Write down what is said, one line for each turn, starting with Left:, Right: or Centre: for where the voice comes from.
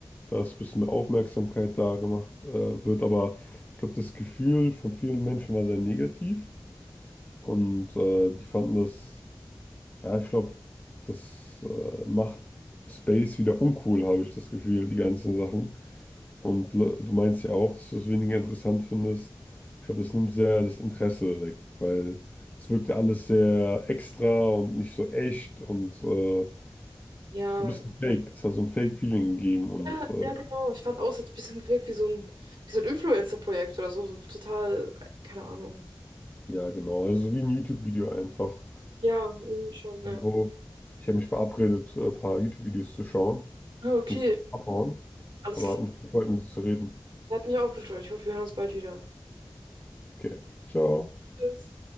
Left: dass ein bisschen mehr Aufmerksamkeit da gemacht äh, wird. Aber ich glaube, das Gefühl von vielen Menschen war sehr negativ und äh, die fanden das, ja, ich glaube, das äh, macht Space wieder uncool, habe ich das Gefühl, die ganzen Sachen. Und le- du meinst ja auch, dass du es weniger interessant findest. Ich glaube, das nimmt sehr das Interesse weg, weil es wirkte alles sehr extra und nicht so echt und äh,
Right: Ja,
Left: so ein bisschen fake. Es hat so ein Fake-Feeling gegeben und
Right: Ja,
Left: äh,
Right: ja, genau. Ich fand auch, es hat ein bisschen gewirkt wie so ein, wie so ein Influencer-Projekt oder so. So total, keine Ahnung.
Left: ja, genau. Also so wie ein YouTube-Video einfach.
Right: Ja, irgendwie schon, ja.
Left: Also, Ich habe mich verabredet, äh, ein paar YouTube-Videos zu schauen.
Right: Okay,
Left: Ich müsste abhauen,
Right: alles
Left: aber
Right: klar.
Left: hat mich gefreut, mit dir zu reden.
Right: Hat mich auch gefreut. Ich hoffe, wir hören uns bald wieder.
Left: Okay, ciao.
Right: Tschüss.